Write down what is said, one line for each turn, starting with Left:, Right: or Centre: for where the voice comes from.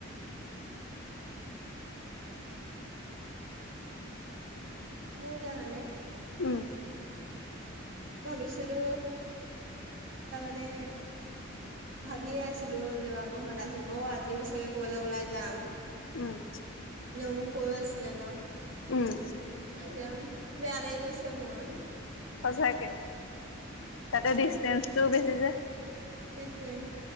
Right: মোৰ কাৰণে
Left: উম
Right: ভাবিছিলোঁ তাৰমানে ভাবিয়ে আছিলো দেৱাংগ হত আহিব আজিও চাগে ক'বালৈ ওলাই যাম।
Left: উম
Right: এনেও মোক কৈ আছিলে ন?
Left: উম,
Right: নাই এতিয়া বেয়া লাগি গৈছে মোৰ
Left: সঁচাকে তাতে ডিচটেঞ্চটো বেছি যে।
Right: সেটোয়ে।